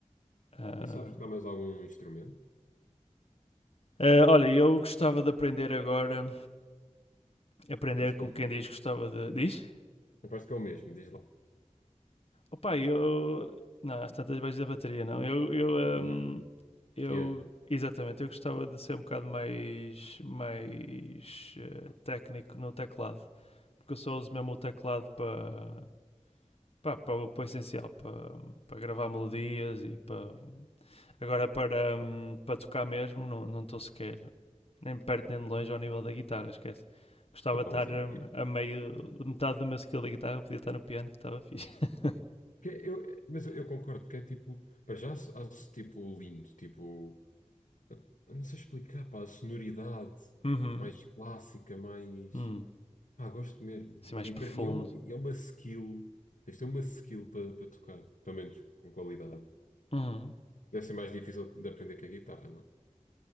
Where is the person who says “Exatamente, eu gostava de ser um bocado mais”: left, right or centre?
Left